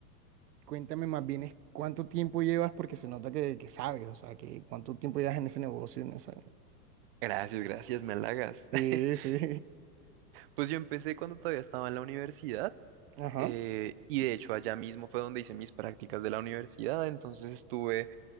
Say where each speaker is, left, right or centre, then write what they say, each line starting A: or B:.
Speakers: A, on the right; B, on the right.
A: cuéntame más bien es cuánto tiempo llevas, porque se nota que, que sabes, o sea, que cuánto tiempo llevas en ese negocio, en esa...
B: Gracias, gracias, me halagas.
A: Sí,
B: <laughs>
A: sí.
B: Pues yo empecé cuando todavía estaba en la universidad
A: <laughs> Ajá,
B: eh, y de hecho allá mismo fue donde hice mis prácticas de la universidad, entonces estuve,